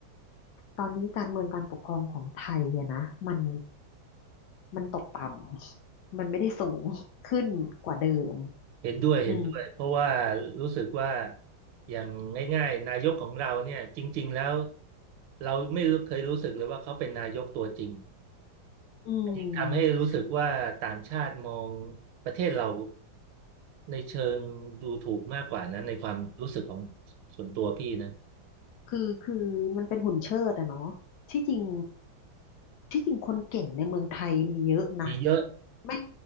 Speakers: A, on the left; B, on the right.
A: ตอนนี้การเมืองการปกครองของไทยอะนะมันมันตกต่ำมันไม่ได้สูงขึ้นกว่าเดิม
B: เห็นด้วยเห็นด้วยเพราะว่า
A: อืม
B: รู้สึกว่าอย่างง่ายๆนายกของเราเนี่ยจริงๆแล้วเราไม่รู้เคยรู้สึกเลยว่าเขาเป็นนายกตัวจริง
A: อืม
B: อันนี้ทำให้รู้สึกว่าต่างชาติมองประเทศเราในเชิงดูถูกมากกว่านั้นในความรู้สึกของส่วนตัวพี่นะ
A: คือคือมันเป็นหุ่นเชิดอะเนาะที่จริงที่จริงคนเก่งในเมืองไทยมีเยอะนะ
B: มีเยอะ
A: ไม่